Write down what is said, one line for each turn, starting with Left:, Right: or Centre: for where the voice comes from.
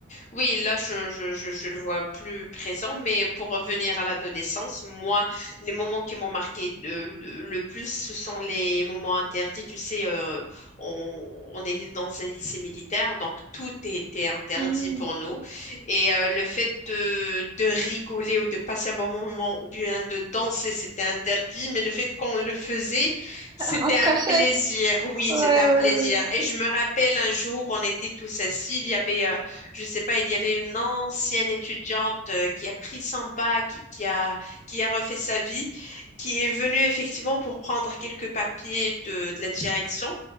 Left: Oui, là, je, je, je, je le vois plus présent, mais pour revenir à l'adolescence, moi, les moments qui m'ont marqué de- de- le plus, ce sont les moments interdits. Tu sais, euh, on, on était dans un lycée militaire, donc tout était interdit
Right: Mm.
Left: pour nous. Et euh, le fait de, de rigoler ou de passer un bon moment ou bien de danser, c'était interdit, mais le fait qu'on le faisait, c'était
Right: En
Left: un
Right: cachette.
Left: plaisir. Oui,
Right: Ouais,
Left: c'était un plaisir.
Right: ouais,
Left: Et je me rappelle un jour, on était tous assis, il y avait... euh, je sais pas, il y avait une ancienne étudiante euh, qui a pris son bac, qui, qui a, qui a refait sa vie, qui est venue effectivement pour prendre quelques papiers de, de la direction